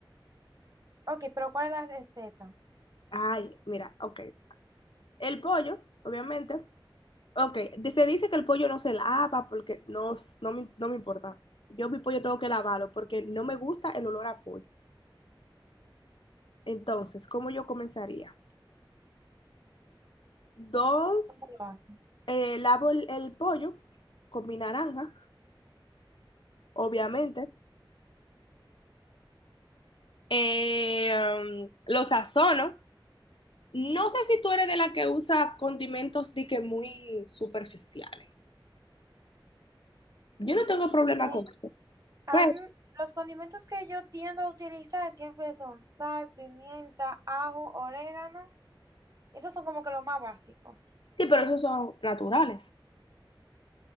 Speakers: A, on the right; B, on the left.
A: Ok, pero ¿cuál es la receta?
B: Ay, mira, ok. El pollo, obviamente. Ok, de- se dice que el pollo no se lava porque no, s- no me, no me importa. Yo mi pollo tengo que lavarlo porque no me gusta el olor a pollo. Entonces, ¿cómo yo comenzaría? Dos,
A: ¿Cómo lo hacen?
B: eh, lavo el, el pollo con mi naranja, obviamente. Eh, um, lo sazono. No sé si tú eres de la que usa condimentos de que muy superficiales. Yo no tengo problema
A: Eh,
B: con eso.
A: aún
B: Pero,
A: los condimentos que yo tiendo a utilizar siempre son sal, pimienta, ajo, orégano. Esos son como que los más básicos.
B: sí, pero esos son naturales.